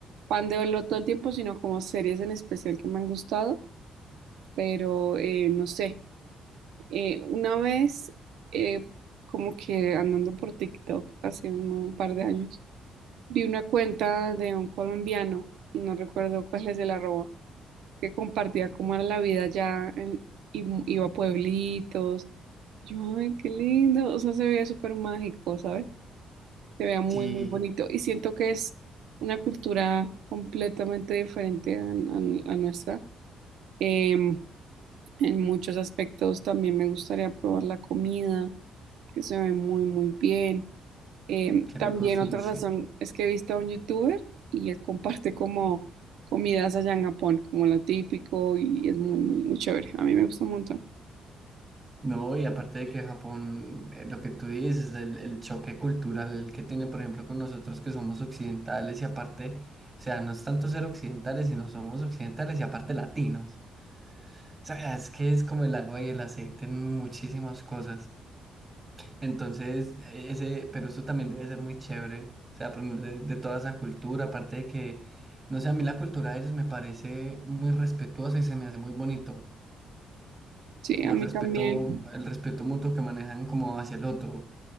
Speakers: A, on the right (about 80°); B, on the right (about 30°).
A: fan de verlo todo el tiempo, sino como series en especial que me han gustado, pero eh, no sé. Eh, una vez, eh, como que andando por TikTok hace uno- un par de años, vi una cuenta de un colombiano, no recuerdo cuál es el arroba que compartía cómo era la vida allá en, y mu- iba a pueblitos. Yo, ay, qué lindo. O sea, se veía súper mágico, ¿sabes? Se veía muy,
B: Sí,
A: muy bonito. Y siento que es una cultura completamente diferente a, a- a nuestra. Em, en muchos aspectos también me gustaría probar la comida, que se ve muy, muy bien. Em,
B: qué
A: también
B: rico sushi.
A: otra razón es que he visto a un youtuber y él comparte como comidas allá en Japón, como lo típico y es muy, muy, muy chévere. A mí me gusta un montón.
B: No, y aparte de que Japón, eh, lo que tú dices, del el choque cultural que tiene, por ejemplo, con nosotros que somos occidentales y aparte, o sea, no es tanto ser occidentales, sino somos occidentales y aparte latinos. O sea, es que es como el agua y el aceite en muchísimas cosas. Entonces, e, ese, pero eso también debe ser muy chévere, o sea, aprender de, de toda esa cultura, aparte de que, no sé, a mí la cultura de ellos me parece muy respetuosa y se me hace muy bonito,
A: Sí,
B: como
A: a mí
B: el respeto,
A: también.
B: el respeto mutuo que manejan como hacia el otro.